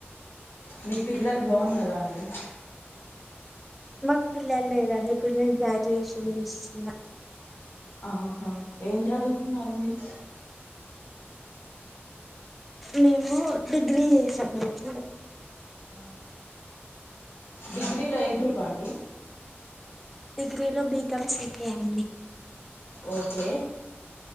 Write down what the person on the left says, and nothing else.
మీ పిల్లలు బావున్నారా అండి?
ఆహా ఏం చదువుకున్నారు మీరు?
అ డిగ్రీలో ఏ గ్రూప్ అండి?
ఓకే